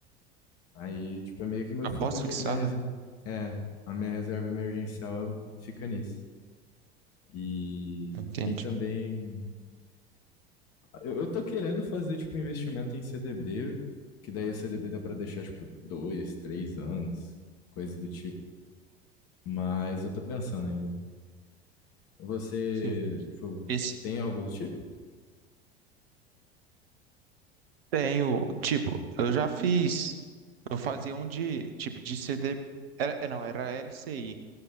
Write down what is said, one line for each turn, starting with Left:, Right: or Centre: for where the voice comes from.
Left: Aí, tipo, é meio que meu
Right: Aposta
Left: fundo de.
Right: fixada?
Left: Minha reserva. É, a minha reserva emergencial fica nisso. E
Right: Entendi.
Left: tem também. Eu, eu tô querendo fazer, tipo, investimento em CDB, que daí o CDB dá pra deixar, tipo, dois, três anos, coisa do tipo. Mas eu tô pensando ainda. Você,
Right: Sim.
Left: tipo,
Right: Esse
Left: tem algo do tipo?
Right: tenho, tipo, eu já fiz, eu fazia um de, tipo, de CD, era, é, não, era LCI